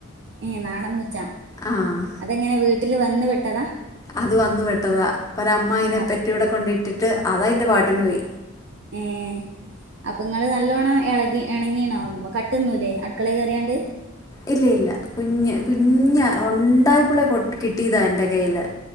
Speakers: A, on the right; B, on the left.
A: ഏ നാടൻ പൂച്ച
B: ആഹ്
A: അതെങ്ങനെ വീട്ടിൽ വന്ന് പെട്ടതാ
B: അത് വന്നു പെട്ടതാ ഒര അമ്മ അയിനെ
A: ഏ അപ്
B: പെറ്റ് ഇവിടെ കൊണ്ട ഇട്ടിട്ട് അതാ അയിന്റെ പാട്ടിന് പോയി
A: ഏ അപ്പൊ ഇങ്ങള് നല്ലോണം എളകി എണങ്ങീണോ കട്ട്ന്നൂലെ അടുക്കള കയറിയാണ്ട്
B: ഇല്ല ഇല്ല കുഞ്ഞ് കുഞ്ഞഞ് ഉണ്ടായപ്പോളെ കൊ കിട്ടിയതാ എന്റെ കയ്യില്